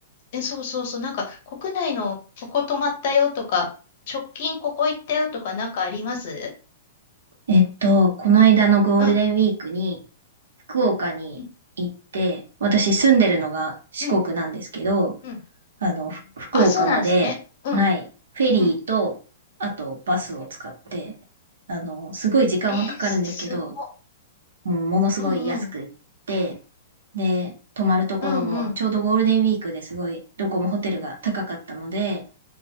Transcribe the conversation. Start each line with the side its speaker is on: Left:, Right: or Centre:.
Left: え、そうそうそう、なんか国内のここ泊まったよとか、直近ここ行ったよとかなんかあります
Right: えっと、この間のゴールデンウィークに
Left: うん。
Right: 福岡に行って、
Left: うん。
Right: 私住んでるのが四国なんですけど、
Left: うん。うん
Right: あの、ふ福岡まで、
Left: あ、そうなんですね。うん。
Right: はい、フェリーと、
Left: うん
Right: あとバスを使って、あの、すごい時間はかかるんですけど、
Left: えー、すごい。
Right: もうものすごい安く行って、
Left: うんうん。
Right: で、泊まるところも、
Left: うんうん
Right: ちょうどゴールデンウィークですごい、どこもホテルが高かったので、